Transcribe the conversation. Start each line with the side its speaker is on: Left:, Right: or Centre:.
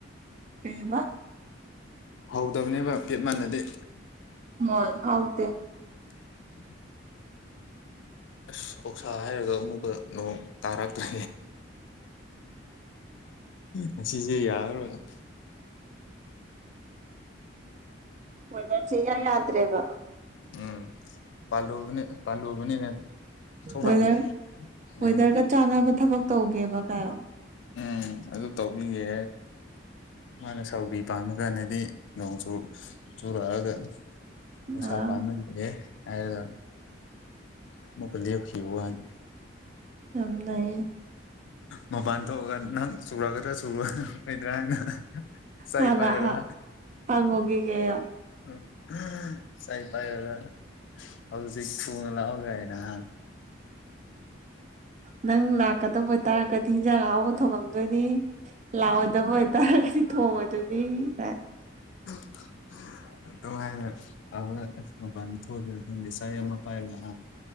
Right: ꯀꯩꯏꯕꯥ
Left: ꯍꯧꯗꯕꯅꯦꯕ ꯄꯦꯠ ꯃꯥꯟꯅꯗꯤꯦ
Right: ꯍꯣꯏ ꯍꯥꯎꯇꯦ
Left: ꯎ <inaudible> ꯑꯁ ꯑꯣꯛꯁꯥ ꯍꯥꯏꯔꯒ ꯑꯃꯨꯛꯀ ꯅꯣꯡ ꯇꯥꯔꯛꯇ꯭ꯔꯦ ꯉꯁꯤꯁꯦ ꯌꯥꯔꯔꯣꯏ <inaudible>
Right: ꯋꯦꯗꯔ ꯁꯦ ꯏꯌꯥ ꯌꯥꯗ꯭ꯔꯦꯕ
Left: ꯎꯝ ꯄꯥꯜꯂꯨꯕꯅꯦ ꯄꯥꯜꯂꯨ ꯅꯤ ꯊꯧꯗꯥꯥꯡ
Right: ꯋꯦꯗꯔ ꯋꯦꯗꯔꯒ
Left: ꯎꯝ
Right: ꯆꯥꯟꯅꯕ ꯊꯕꯛ ꯇꯧꯒꯦꯕ ꯀꯥꯏꯌꯣ
Left: ꯎꯝ ꯑꯗꯨ ꯇꯧꯕꯤꯒꯦ ꯃꯥꯅ ꯁꯥꯎꯔꯤ ꯄꯥꯝꯕꯥ ꯀꯥꯟꯗꯗꯤ ꯅꯣꯡꯆꯨ ꯆꯨꯔꯛꯑꯒ ꯑꯣꯛꯁꯥꯄꯅꯦ
Right: ꯑꯥ
Left: <unintelligible> ꯍꯥꯏꯔꯒ ꯑꯃꯨꯛꯀ ꯂꯦꯞꯈꯤꯕꯋꯥꯅꯦ
Right: ꯌꯥꯝ ꯅꯩ
Left: ꯃꯄꯥꯟ ꯊꯣꯛꯑꯒ ꯅꯪ ꯆꯨꯔꯛꯀꯗ꯭ꯔꯥ ꯆꯨꯔꯛ ꯑꯣꯏꯗ꯭ꯔꯥ ꯑꯣꯏꯗ꯭ꯔꯥ <unintelligible> ꯍꯥꯏꯅ ꯆꯩ
Right: ꯍꯥꯟꯅ
Left: ꯄꯥꯏꯔꯒ
Right: ꯍꯥ ꯍꯪꯉꯨꯒꯤꯒꯦꯌꯣ
Left: ꯎꯝ ꯆꯩ ꯄꯥꯏꯔꯒ ꯍꯧꯖꯤꯛ ꯊꯨꯅ ꯂꯥꯛꯑꯣ ꯒꯥꯏꯅ ꯍꯥ
Right: ꯅꯪ ꯂꯥꯛ ꯂꯥꯛꯀꯗꯕ ꯑꯣꯏꯇꯥꯔꯒꯗꯤ ꯍꯤꯟꯖꯥꯡ ꯑꯍꯥꯎꯕ ꯊꯣꯡꯉꯝꯗꯣꯏꯅꯤ ꯂꯥꯛꯑꯣꯏꯗꯕ ꯑꯣꯏꯇꯥꯔꯒꯗꯤ ꯊꯣꯡꯉꯣꯏꯗꯣꯏꯅꯤ ꯀꯥꯏ
Left: <unintelligible> ꯑꯗꯨ ꯍꯥꯏꯔꯒ ꯂꯥꯛꯄꯒ ꯃꯄꯥꯟꯗ ꯊꯣꯛ ꯑꯣꯏꯗꯣꯏꯔꯥ ꯈꯪꯗꯦ ꯆꯩ ꯑꯃ ꯄꯥꯏꯔꯒ ꯍꯥ